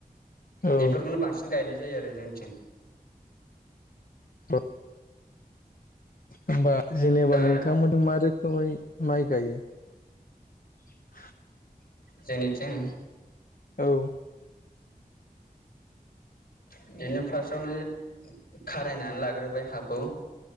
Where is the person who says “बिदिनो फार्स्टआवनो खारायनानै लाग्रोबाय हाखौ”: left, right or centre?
Left